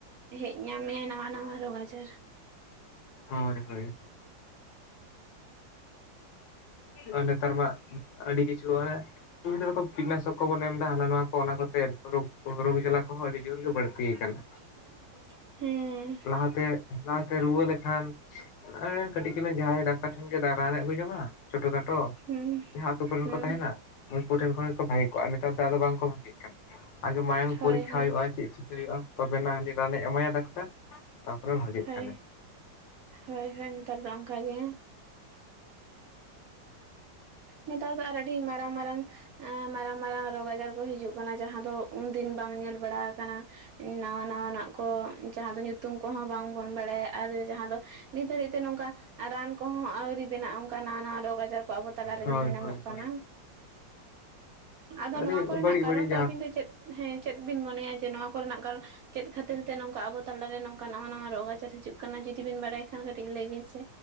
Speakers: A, on the right; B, on the left.
A: ᱦᱮᱡ ᱧᱟᱢ ᱢᱮᱭᱟ ᱱᱟᱣᱟ ᱱᱟᱣᱟ ᱨᱳᱜᱽ ᱟᱡᱟᱨ᱾
B: ᱦᱳᱭ ᱦᱳᱭ᱾
A: <inaudible>
B: ᱟᱨ ᱱᱮᱛᱟᱨ ᱢᱟ ᱟᱹᱰᱤ ᱠᱤᱪᱷᱩ ᱢᱟᱱᱮ᱾ ᱵᱤᱵᱷᱤᱱᱱᱚ ᱨᱚᱠᱚᱢ ᱠᱤᱴᱱᱟᱥᱚᱠ ᱠᱚᱵᱚᱱ ᱮᱢ ᱫᱟ ᱦᱟᱱᱟ ᱱᱚᱣᱟ ᱠᱚ ᱚᱱᱟ ᱠᱚᱛᱮ ᱨᱳᱜᱽ ᱨᱳᱜᱽ ᱡᱟᱞᱟ ᱠᱚᱦᱚᱸ ᱟᱹᱰᱤ ᱡᱳᱨ ᱜᱮ ᱵᱟᱹᱲᱛᱤ ᱠᱟᱱᱟ᱾
A: <inaudible> ᱦᱩᱸ
B: ᱞᱟᱦᱟ ᱛᱮ ᱞᱟᱦᱟ ᱛᱮ ᱨᱩᱣᱟᱹ ᱞᱮ ᱠᱷᱟᱱ ᱮᱸ ᱠᱟᱹᱴᱤᱡ ᱪᱩᱞᱩᱝ ᱡᱟᱦᱟᱸᱭ ᱰᱟᱠᱛᱟᱨ ᱴᱷᱮᱱ ᱜᱮ ᱨᱟᱱᱮ ᱡᱚᱝ-ᱟ ᱪᱷᱴᱳ ᱠᱷᱟᱴᱚ᱾
A: ᱦᱩᱸ
B: ᱡᱟᱦᱟᱸ ᱟᱛᱩ ᱠᱚᱨᱮᱱ
A: ᱦᱩᱸ
B: ᱠᱚ ᱛᱟᱦᱮᱱᱟ ᱩᱱᱠᱩ ᱴᱷᱮᱱ ᱠᱷᱚᱱ ᱜᱮ ᱠᱚ ᱵᱷᱟᱜᱮ ᱠᱚᱜ-ᱟ, ᱱᱮᱛᱟᱨ ᱫᱚ ᱟᱫᱚ ᱵᱟᱝᱠᱚ ᱵᱷᱟᱜᱮᱜ ᱠᱟᱱ ᱟᱜᱮ ᱢᱟᱭᱟᱝ
A: ᱦᱳᱭ
B: ᱯᱚᱨᱤᱠᱷᱟ
A: ᱦᱳᱭ
B: ᱦᱳᱭᱳᱜ-ᱟ ᱪᱮᱜ ᱪᱤ ᱠᱟᱹ ᱦᱳᱭᱳᱜ-ᱟ ᱛᱚᱵᱮ ᱱᱟ ᱦᱟᱹᱱᱤ ᱨᱟᱱ ᱮ ᱮᱢᱟᱭᱟ ᱰᱟᱠᱛᱟᱨ ᱛᱟᱯᱚᱨᱮ ᱵᱷᱟᱜᱮᱜ
A: ᱦᱳᱭ
B: ᱠᱟᱱᱟ᱾
A: ᱦᱳᱭ ᱦᱳᱭ ᱱᱮᱛᱟᱨ ᱫᱚ ᱚᱝᱠᱟ ᱜᱮ᱾ ᱱᱮᱛᱟᱨ ᱫᱚ ᱟᱨ ᱟᱹᱰᱤ ᱢᱟᱨᱟᱝ ᱢᱟᱨᱟᱝ᱾ ᱮᱸ ᱢᱟᱨᱟᱝ ᱢᱟᱨᱟᱝ ᱨᱳᱜᱽ ᱟᱡᱟᱨ ᱠᱚ ᱦᱤᱡᱩᱜ ᱠᱟᱱᱟ ᱡᱟᱦᱟᱸ ᱫᱚ ᱩᱱᱫᱤᱱ ᱵᱟᱝ ᱧᱮᱞ ᱵᱟᱲᱟ ᱟᱠᱟᱱᱟ᱾ ᱱᱟᱣᱟ ᱱᱟᱣᱟ ᱱᱟᱜ ᱠᱚ ᱡᱟᱦᱟᱸ ᱫᱚ ᱧᱩᱛᱩᱢ ᱠᱚᱦᱚᱸ ᱵᱟᱝ ᱵᱚᱱ ᱵᱟᱲᱟᱭᱟ᱾ ᱟᱨ ᱡᱟᱦᱟᱸ ᱫᱚ ᱱᱤᱛ ᱦᱟᱹᱨᱤᱡ ᱛᱮ ᱱᱚᱝᱠᱟ ᱨᱟᱱ ᱠᱚᱦᱚᱸ ᱟᱣᱨᱤ ᱵᱮᱱᱟᱜ-ᱟ ᱚᱱᱠᱟ ᱱᱟᱣᱟ ᱱᱟᱣᱟ ᱨᱳᱜᱽ ᱟᱡᱟᱨ ᱠᱚ ᱟᱵᱚ᱾ ᱛᱟᱞᱟᱨᱮ
B: ᱦᱳᱭ
A: ᱧᱮᱞ ᱧᱟᱢᱚᱜ
B: ᱦᱳᱭ
A: ᱠᱟᱱᱟ᱾
B: ᱦᱳᱭ
A: ᱟᱫᱚ
B: ᱟᱹᱰᱤ
A: ᱱᱚᱣᱟ ᱠᱚᱨᱮᱱᱟᱜ
B: ᱵᱟᱹᱲᱤᱡ
A: ᱠᱟᱨᱚᱱ
B: ᱵᱟᱹᱲᱤᱡ
A: ᱫᱚ
B: ᱡᱟᱦᱟᱸ
A: ᱟᱹᱵᱤᱱ ᱫᱚ ᱪᱮᱫ ᱦᱮᱸ ᱪᱮᱫ ᱵᱤᱱ ᱢᱚᱱᱮᱭᱟ ᱡᱮ ᱱᱚᱣᱟ ᱠᱚᱨᱮᱱᱟᱜ ᱠᱟᱨᱚ ᱪᱮᱫ ᱠᱷᱟᱹᱛᱤᱨ ᱛᱮ ᱱᱚᱝᱠᱟ ᱟᱵᱚ ᱛᱟᱞᱟᱨᱮ ᱱᱚᱝᱠᱟ ᱱᱟᱣᱟ ᱱᱟᱣᱟ ᱨᱳᱜᱽ ᱟᱡᱟᱨ ᱦᱤᱡᱩᱜ ᱠᱟᱱᱟ ᱡᱩᱫᱤ ᱵᱤᱱ ᱵᱟᱲᱟᱭ ᱠᱷᱟᱱ ᱠᱟᱹᱴᱤᱡ ᱞᱟᱹᱭ ᱵᱤᱱ ᱥᱮ?